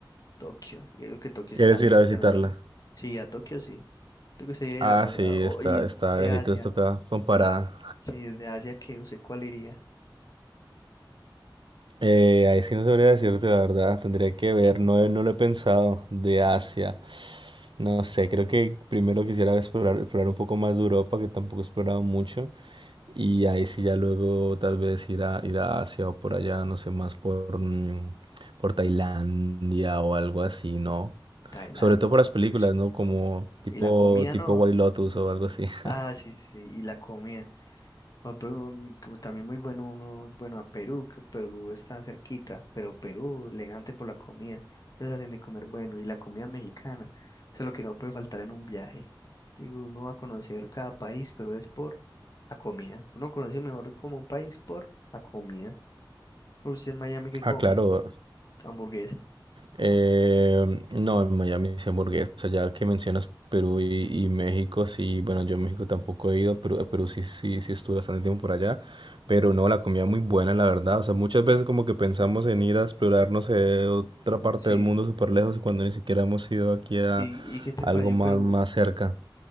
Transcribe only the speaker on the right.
¿Quieres
ir a visitarla?
Ah,
sí,
está,
está
lejito,
esto acá comparada.
Eh, ahí sí no sabría decirte la verdad, tendría que ver, no, he- no lo he pensado, de Asia. No sé, creo que primero quisiera explorar, explorar un poco más de Europa, que tampoco he explorado mucho, y ahí sí ya luego tal vez ir a, ir a Asia o por allá, no sé, más por, mm, por Tailandia o algo así, ¿no?
Sobre todo por las películas,
¿no? Como tipo,
tipo
White Lotus o algo así. <laughs>
Ah,
claro.
Eh, no, en Miami sí hamburguesa, ya que mencionas Perú y, y México, sí, bueno, yo a México tampoco he ido, pero a Perú sí, sí, sí estuve bastante tiempo por allá,
pero no, la comida muy buena, la verdad, o sea, muchas veces como que pensamos en ir a explorar, no sé, otra parte
del mundo súper lejos y cuando ni siquiera hemos ido aquí a
algo
más,
más cerca.